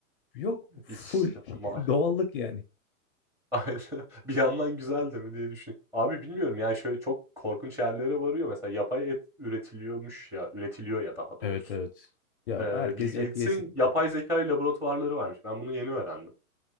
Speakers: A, on the left; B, in the centre.
A: yok full
B: Hiç ma
A: <laughs> doğallık yani.
B: <laughs> Aynen. Bir yandan güzel de mi diye düşün Abi bilmiyorum yani şöyle çok korkunç yerlere varıyor. Mesela yapay et üretiliyormuş ya, üretiliyor ya daha
A: Evet
B: doğrusu.
A: evet. Ya
B: Eee,
A: herkes
B: Bill Gates'in
A: et yesin.
B: yapay zeka laboratuvarları varmış. Ben bunu yeni öğrendim.